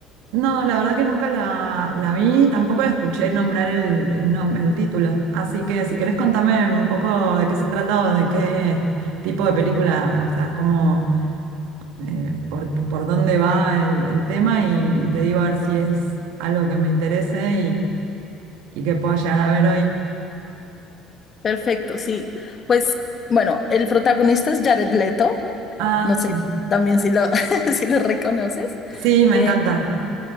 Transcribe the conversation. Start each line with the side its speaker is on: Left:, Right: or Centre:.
Right: no, la verdad que nunca la, la vi, tampoco la escuché nombrar el, el nom- el título. Así que si querés contame un poco de qué se trata o de qué tipo de película, o sea, cómo, eh, por, por dónde va el, el tema y, y te digo a ver si es algo que me interese y que pueda llegar a ver hoy.
Left: Perfecto, sí. Pues bueno, el protagonista es Jared Leto.
Right: Ah,
Left: No sé
Right: me-
Left: también si lo, <laughs> si lo reconoces.
Right: sí, me
Left: Eh,
Right: encanta.